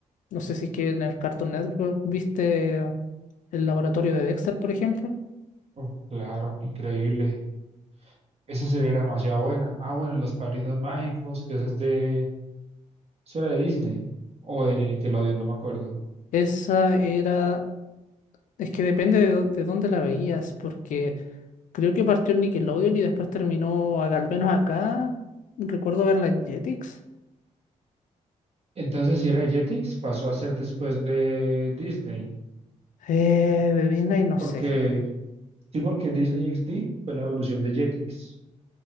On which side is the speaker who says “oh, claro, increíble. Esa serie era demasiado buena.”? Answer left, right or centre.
Right